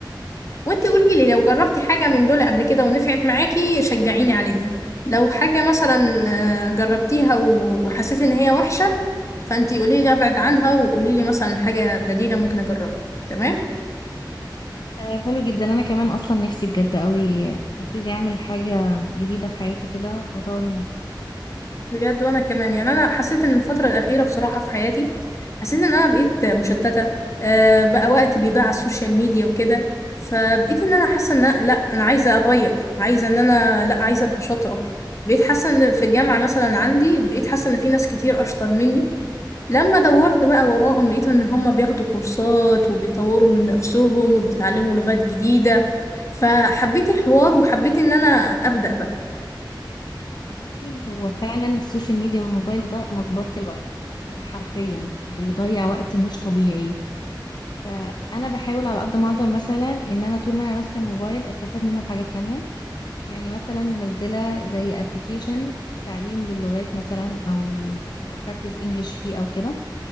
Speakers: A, on the left (about 40°); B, on the left (about 60°).
A: وانتي قولي لي لو جربتي حاجة من دول قبل كده ونفعت معاكي شجعيني عليها لو حاجة مثلا آه، جربتيها و- وحسيتي ان هي وحشة فانتي قولي لي ابعد عنها وقولي لي مثلا حاجة بديلة ممكن اجربها تمام؟
B: تمام حلو جدا انا كمان اصلا نفسي بجد قوي ابتدي اعمل حاجه جديده في حياتي كده واطور من نفسي
A: بجد وانا كمان يعني انا حسيت ان الفتره الاخيره بصراحه في حياتي حسيت ان انا بقيت مشتته آه، بقى وقتي بيضيع على السوشيال ميديا وكده فبقيت ان انا حاسه ان أنا- لا انا عايزه اغير عايزه ان انا لا عايزه ابقى شاطره بقيت حاسه ان في الجامعه مثلا عندي بقيت حاسه ان في ناس كتير اشطر مني لما دورت
B: مم.
A: بقى وراهم لقيت ان هم بياخدوا كورسات وبيطوروا من نفسهم وبيتعلموا لغات جديده فحبيت الحوار وحبيت ان انا ابدا بقى
B: بصي هو فعلا السوشيال ميديا والموبايل ده مقبره الوقت حرفيا بيضيع وقت مش طبيعي فانا بحاول على قد ما اقدر مثلا ان انا طول ما انا ماسكه الموبايل استفاد منه في حاجات تانية يعني مثلا منزله زي ابلكيشن تعليم للغات مثلا او practice English فيه او كده